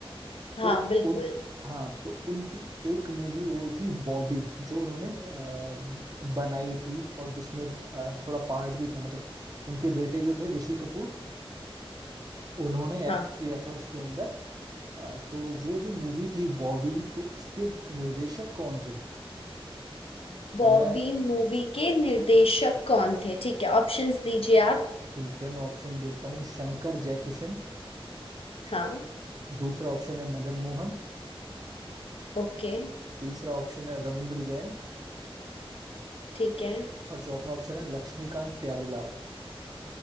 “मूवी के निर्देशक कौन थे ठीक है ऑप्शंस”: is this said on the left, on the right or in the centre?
Left